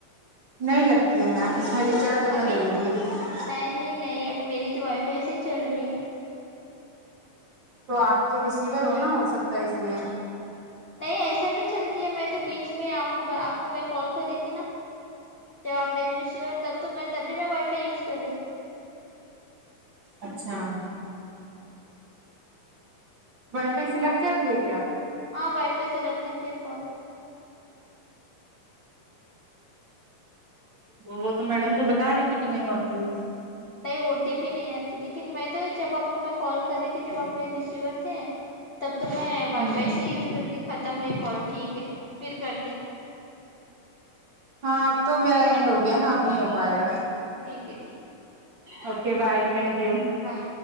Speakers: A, on the right (about 35°); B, on the left (about 45°).
A: نہیں لگتی ہے میم اس میں ریچارج ہونا
B: ابھی
A: ضروری ہے لیکن
B: نہیں نہیں ابھی میری تو وائی فائی سے ہی چل رہی ہے
A: تو آپ تو ریسیور ہو نا ہو سکتا ہے اس لیے
B: نہیں ایسا بھی چلتی ہے میں تو بیچ میں آپ کو آپ کو میں کال کر رہی تھی نا جب آپ میری ریسیور تب تو میں تبھی میں وائی فائی یوز کر رہی تھی
A: اچھا
B: ہاں
A: وائی فا یی سے لگ جاتی ہے کیا
B: ہاں وائی فائی سے لگ جاتی ہے کال
A: وہ تو میڈم تو بتا رہی تھی کہ نہیں ہوتی ہے
B: نہیں او ٹی پی نہیں آتی لیکن میں تو جب آپ کو میں کال کر رہی تھی جب آپ میرے ریسیور تھے تب تو میں وائی
A: ہوں
B: فائی سے ہی یوز کرتی ہ ختم ہوئے کال ٹھیک ہے پھر کرتے ہیں
A: ہاں اب تو میرا اینڈ ہو گیا نا اب نہیں ہو پائے گا
B: ٹھیک ہے ٹھیک
A: اوکے بھائی تھینک یو
B: بائے